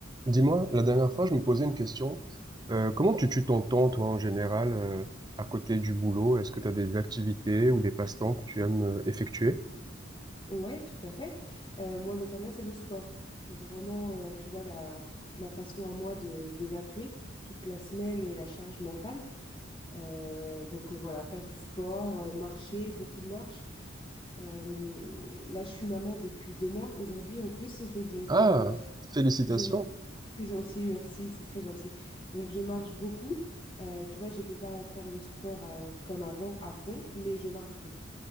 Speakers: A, on the right; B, on the left.
A: Dis-moi, la dernière fois, je me posais une question. Euh, comment tu tues ton temps, toi, en général, euh, à côté du boulot? Est-ce que tu as des activités ou des passe-temps que tu aimes euh, effectuer?
B: Ouais, tout à fait. Euh, moi, notamment, c'est le sport. C'est vraiment, euh, tu vois, la, ma façon à moi de d'évacuer toute la semaine et la charge mentale. Euh, donc euh, voilà, faire du sport, euh, marcher, beaucoup de marches. Euh, là, je suis maman depuis deux mois, aujourd'hui en plus. <laughs> Donc,
A: Ah,
B: euh,
A: félicitations.
B: je... c'est gentil, merci, c'est très gentil. Donc, je marche beaucoup. Euh, tu vois, je peux pas faire le sport euh, comme avant, à fond, mais je marche beaucoup